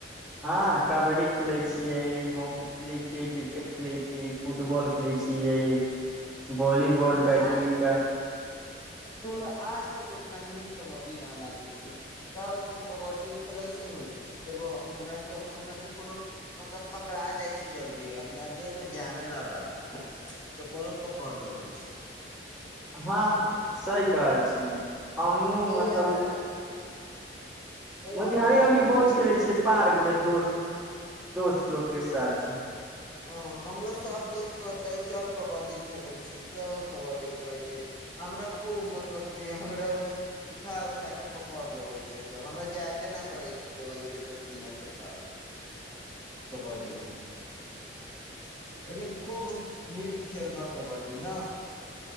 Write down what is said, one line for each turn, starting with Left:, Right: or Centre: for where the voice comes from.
Centre: हँ कबड्डी खेलै छियै हॉकी खेलैत छियै क्रिकेट खेलैत छियै ई फुटबॉल खेलै छियै वॉलीबॉल
Left: हमरा
Centre: बैडमिंटन
Left: आज हमरा आज तक उतना नीक कबड्डी न लागे छै का होइ छै कबड्डी खेले छै नू एगो हमरा सब हमरा से कोनो मतलब पकड़ा जाय छी जल्दी हमरा देह मे जाने न बात छै तऽ कोनो पकड़ लेबै छै
Centre: हँ सही कहै छी हमहूँ मतलब
Left: एहि लए हमरा न
Centre: <unintelligible>
Left: एहि लए हम न खेलै छी ओतन <unintelligible> <unintelligible>